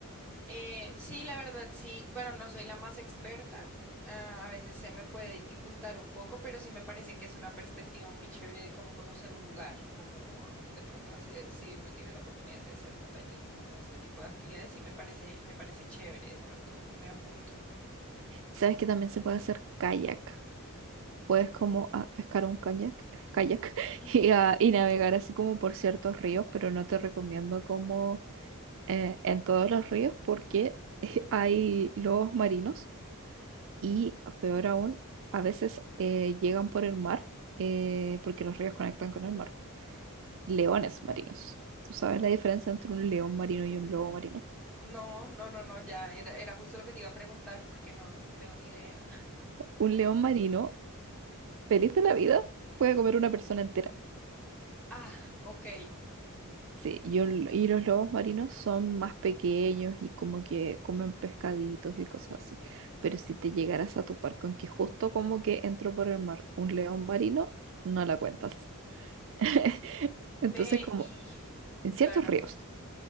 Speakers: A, in the centre; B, on the right.
A: Eh, sí, la verdad, sí. Bueno, no soy la más experta. ah, a veces se me puede dificultar un poco, pero sí me parece que es una perspectiva muy chévere de cómo conocer un lugar, como de pronto hacer, si uno tiene la oportunidad de hacer montañismo o este tipo de actividades, sí me parece, me parece chévere. De pronto me apunto.
B: Sabes que también se puede hacer kayak. Puedes como ah, pescar un kayak, <laughs> kayak
A: Ujú.
B: <laughs> y, ah, y navegar así como por ciertos ríos, pero no te recomiendo como eh, en todos los ríos porque <laughs> hay lobos marinos y peor aún, a veces eh, llegan por el mar eh, porque los ríos conectan con el mar. Leones marinos. ¿Tú sabes la diferencia entre un león marino y un lobo marino?
A: No, no, no, no, ya era, era justo lo que te iba a preguntar porque no, no tengo ni idea. <laughs>
B: Un león marino, feliz de la vida, puede comer una persona entera.
A: Ah, ok.
B: Sí, y, un- y los lobos marinos son más pequeños y como que comen pescaditos y cosas así. Pero si te llegaras a topar con que justo como que entró por el mar un león marino, no la cuentas. <laughs>
A: Ve
B: Entonces, como
A: y
B: en ciertos
A: claro.
B: ríos,